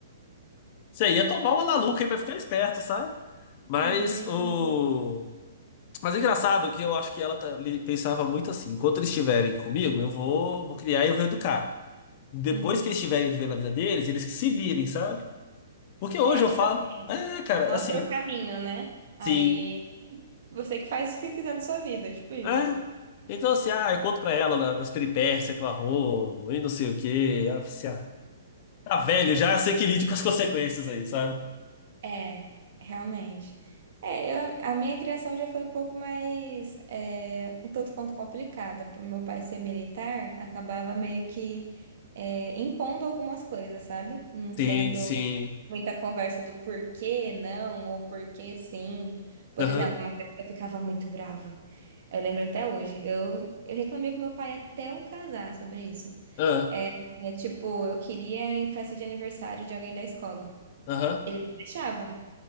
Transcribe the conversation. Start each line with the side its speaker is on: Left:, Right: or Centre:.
Left: você ia tomar uma laluca aí pra ficar esperto, sabe? Mas
Right: <laughs> Gente.
Left: o. Mas é engraçado que eu acho que ela tá- li- pensava muito assim: enquanto eles estiverem comigo, eu vou, vou criar e eu vou educar. Depois
Right: Uhum.
Left: que eles estiverem vivendo a vida deles, eles que se virem, sabe? Porque hoje
Right: É, tipo
Left: eu falo,
Right: assim,
Left: é, cara,
Right: mostra
Left: assim,
Right: o caminho, né? Aí
Left: sim,
Right: você que faz o que quiser da sua vida, tipo isso.
Left: é. Então, assim, ah, eu conto pra ela da- das peripécias que eu arrumo e não sei o quê. Ela, fala assim, ah, Tá velho já, sei que lide com as consequências aí, sabe?
Right: É, realmente. É, eu, a minha criação já foi um pouco mais, é, um tanto quanto complicada. Por meu pai ser militar, acabava meio que, é, impondo algumas coisas, sabe? Não
Left: Sim,
Right: tendo
Left: sim.
Right: muita conversa do porquê não ou porquê sim. Por
Left: Aham,
Right: exemplo, uma coisa que eu ficava muito brava. Eu lembro até hoje. Eu, eu reclamei com meu pai até eu casar sobre isso.
Left: aham,
Right: É, é, tipo, eu queria ir em festa de aniversário de alguém da escola.
Left: aham.
Right: Ele não deixava